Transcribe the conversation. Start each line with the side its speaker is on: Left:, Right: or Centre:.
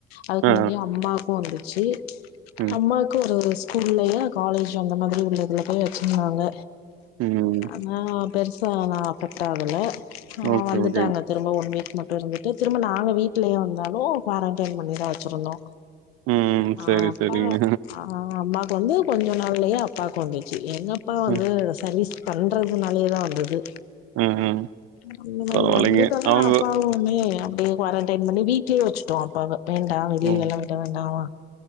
Left: அதுக்கு
Right: ஆ,
Left: முந்தியே அம்மாக்கு வந்துர்ச்சி
Right: ம்,
Left: அம்மாக்கு ஒரு ஒரு ஸ்கூல்லயு காலேஜ் அந்த மாதிரி உள்ளதுல போய் வச்சிருந்தாங்க
Right: ம்.
Left: ஆனா பெருசா அல்ல நா அஃபெக்ட்டாகல ஆ
Right: ஓகே
Left: வந்துட்டாங்க
Right: ஓகே
Left: திரும்ப ஒன் வீக் மட்டு இருந்துட்டு திரும்ப நாங்க வீட்லயு இர்ந்தாலு க்வாரண்டைன் பண்ணி தா வெச்சிருந்தோ
Right: ம்
Left: ஆ
Right: சரி
Left: அப்பா
Right: சரிங்க
Left: ஆ அம்மாக் வந்து கொஞ்சோ நாள்லயே அப்பாக்கு வந்துர்ச்சி எங்க அப்பா வந்து
Right: ம்,
Left: சர்வீஸ் பண்றதுனாலயே தா வந்துது
Right: ம். ம்.
Left: அந்த மாரி
Right: பரவாயில்லைங்க
Left: வந்துட்டல்லா
Right: அவங்க
Left: அப் பாவையுமே அப்டியே க்வாரண்டைன் பண்ணி வீட்லே வெச்சுட்டோ அப்பாவ வேண்டா வெளிலெல்லா
Right: ம்,
Left: விட வேண்டாமா